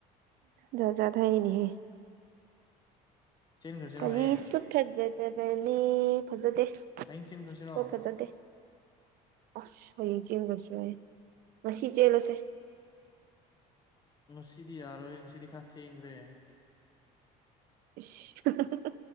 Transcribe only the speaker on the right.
ꯖꯥꯠ ꯖꯥꯠ ꯍꯥꯏꯌꯦꯅꯦꯍꯦ
ꯀꯔꯤꯁꯨ
ꯐꯖꯗꯗ ꯅꯦ ꯐꯖꯗꯦ
ꯈꯣꯏ ꯐꯖꯗꯦ ꯑꯁꯍꯌꯦꯟ ꯆꯦꯟꯒꯗ꯭ꯔ ꯉꯁꯤ ꯆꯦꯜꯂꯁꯦ
ꯏꯁ ꯍꯥꯍꯥ